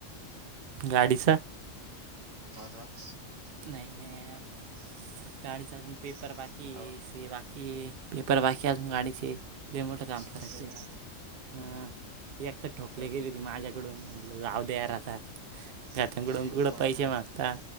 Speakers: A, on the right; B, on the right.
A: गाडीच्या
B: ह रक्स
A: नाही नाहीर गाडीचा अजून पेपर बाकी
B: हो
A: स बाकी कि पेपर बाकी असून गाडीचे मोठ काम करायचें
B: असं का
A: हं ती एकता ठोकले
B: चल
A: गेली होती माझ्याकडून म्ह लाव द यार आताात घातांकडकड
B: तू पण
A: पैसे मागता